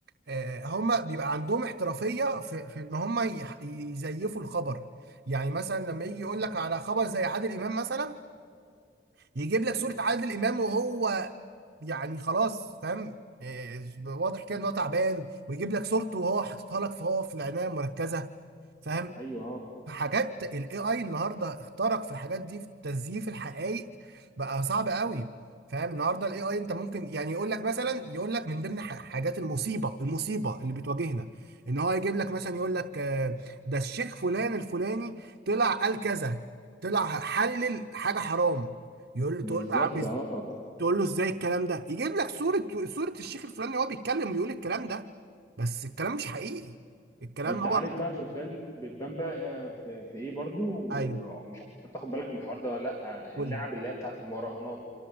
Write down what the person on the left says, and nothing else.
مم.
ايوه اه
بالظبط
اه
آه.
انت
عارف بقى بتبان بتبان بقى آه، في, في ايه برضو ومش
عارف تاخد بالك من الحوار ده ولا لا
اللعب
اللي هي بتاعت المراهنات